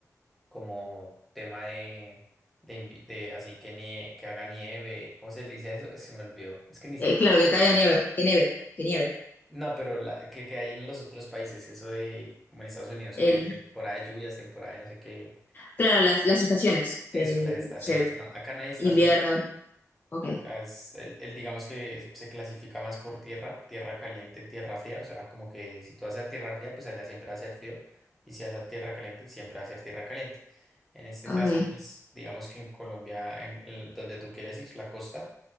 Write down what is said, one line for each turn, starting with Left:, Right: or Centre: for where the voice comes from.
Centre: como tema de... De, invi- de así que nie- que haga nieve, ¿cómo se le dice a eso? Se me olvidó. Es que ni,
Left: Eh, claro, que caiga nieve, que nieve, que nieve.
Centre: No, pero la, que, que hay en los otros países, eso de, como en Estados Unidos,
Left: El,
Centre: que hay temporada de lluvias, temporada de no sé qué,
Left: claro, las, las estaciones
Centre: eso,
Left: de,
Centre: las estaciones.
Left: no sé,
Centre: No, acá no hay estaciones,
Left: invierno. Ok,
Centre: acá es, el, el, digamos que es- se clasifica más por tierra, tierra caliente, tierra fría, o sea, como que si tú vas a tierra fría, pues allá siempre va a ser frío, y si vas a tierra caliente, siempre va a ser tierra caliente. En este
Left: ok,
Centre: caso, pues, digamos que en Colombia, en, en donde tú quieres ir, la costa